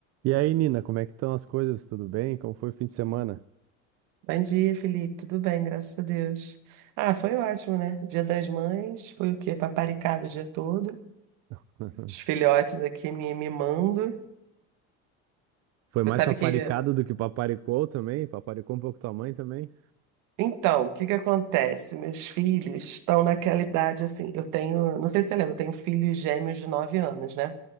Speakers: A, on the right; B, on the right.
A: E aí, Nina, como é que estão as coisas? Tudo bem? Como foi o fim de semana?
B: Bom dia, Felipe. Tudo bem, graças a Deus. Ah, foi ótimo, né? Dia das Mães, foi o quê? Paparicado o dia todo.
A: <laughs>
B: Os filhotes aqui me mimando.
A: Foi mais
B: Você sabe
A: paparicado
B: que.
A: do que paparicou também? Paparicou um pouco tua mãe também?
B: Então, o que que acontece? Meus filhos estão naquela idade assim. Eu tenho. Não sei se você lembra, eu tenho filhos gêmeos de 9 anos, né?